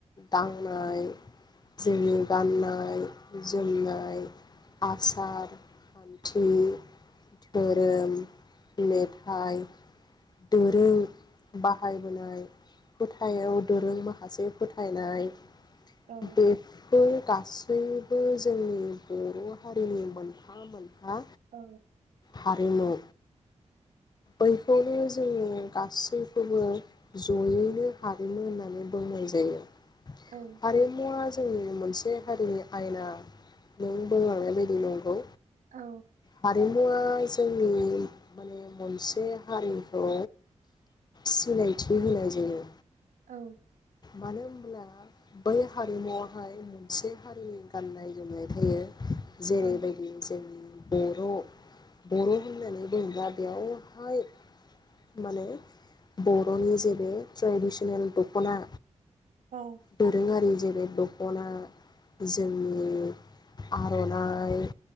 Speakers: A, on the left; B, on the right.
A: दांनाय जोंनि गाननाय जोमनाय आसार खान्थि धोरोम मेथाइ दोरों बाहायबोनाय फोथायाव दोरों माखासे फोथायनाय
B: औ
A: बेफोर गासै बयबो जोंनि बर हारिनि मोन फा मोन हा
B: औ
A: हारिमु बैखौनो जोङो गासैखौबो जयैनो हारिमु होननानै बुंनाय जायो।
B: औ
A: हारिमुवा जोंनि मोनसे हारिनि आयना नों बुंलांनाय बायदि नंगौ
B: औ
A: हारिमुवा जोंनि माने मोनसे हारिखौ सिनायथि होनाय जायो
B: औ
A: मानो होनब्ला बै हारिमुआवहाय मोनसे हारिनि गाननाय जोमनाय थायो जेरै
B: औ
A: बायदि बर बर होननानै बुङोब्ला बेयावहाय माने बरनि जेबो ट्रेडिसनेल दखना
B: औ
A: दोरोङारि जे बे दखना जोंनि आरनाइ